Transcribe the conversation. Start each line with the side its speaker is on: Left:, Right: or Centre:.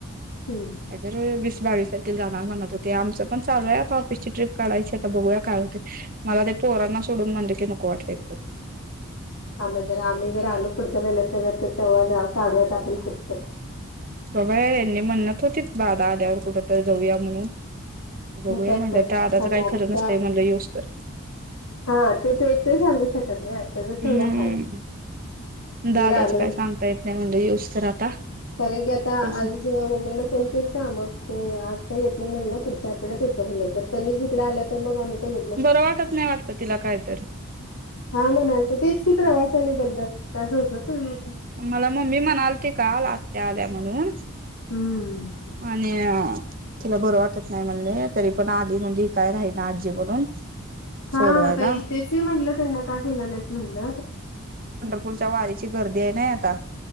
Left: हम्म.
Right: एकर वीस बावीस आहे. जाणार म्हणत होते. आमचं पण चालूय का ऑफिसची ट्रीप काढायची आता बघूया काय होते ते. मला ते पोरांना सोडून म्हटलं की नको वाटतय.
Left: थांबा जरा आम्ही जर आलो पुढच्या महिन्यात तर तेव्हा जा काढूयात आपण कुठंतर
Right: तेव्हा ह्यानी म्हणत होतीत दादा आल्यावर कुठंतरी जाऊया म्हणून बघूया
Left: मग काय
Right: म्हणलं तर आला
Left: थांबा
Right: काय
Left: आम्ही
Right: खरं नसतय
Left: त्या
Right: म्हटलं युच तर
Left: हा ते ते ते सांगू शकत नाही. जर थोडं
Right: हम्म.
Left: हाय
Right: दादाचं
Left: जर आलो
Right: काही सांगता येत नाही म्हणलं येऊस तर आता
Left: कारण की आता आज
Right: तो
Left: मम्मीने फोन केलता तर, मग ते आज काही येत नाही म्हटल्या ना, पुढच्या आठड्यात येतो म्हटल्या, जर त्यांनीच इकडे आला. <unintelligible>
Right: बरं वाटत नाही वाटत तिला काय तर
Left: हो म्हणाल तर तेच की प्रवासाने धगधग काय सोसतय.
Right: मला मम्मी म्हणालती काल आत्या आल्या म्हणून
Left: हम्म.
Right: आणि आ तिला बरं वाटत नाही म्हणले तरी पण आधी मधी काय राही ना आजी म्हणून
Left: हा
Right: सोडवायला
Left: आता इथेच म्हणलं त्यांना का केलं नाहीच म्हणलं
Right: पुढच्या वारीची गर्दी आहे ना आता